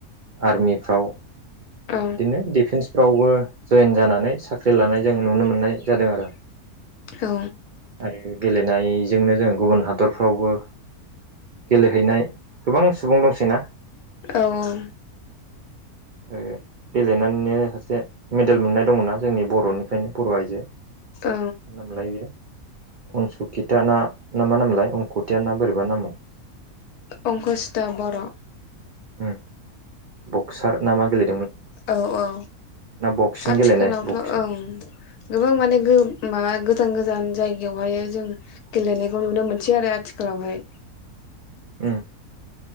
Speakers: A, on the right; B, on the left.
A: आर्मिफ्राव बिदिनो
B: औ
A: दिफेन्स फ्रावबो जयेन जानानै साख्रि लानाय जों नुनो मोननाय जादों आरो
B: औ
A: आरो गेलेनायजोंनो जों गुबुन हादरफ्रावबो गेलेहैनाय गोबां सुबुं दंसै ना
B: औ औ
A: ओ गेलेनानैनो सासे मेडेल मोननाय दं नना जोंनि बर'निफ्रायनो बर' आइजो
B: औ
A: नोमलाय जों अनसुकिता ना मा मोनलाय रंखथिया ना बोरैबा नाममोन।
B: अंकसता बर'
A: ओम बक्सार नामा गेले
B: औ औ।
A: बक्सिं
B: आथिखालावथ'
A: गेलेनाय बक्सिं
B: ओं गोबां माने गो मा गो गोजान गोजान जायगायावहाय जों गेलेनायखौ नुनो मोनसै आरो आथिखालावहाय।
A: उम।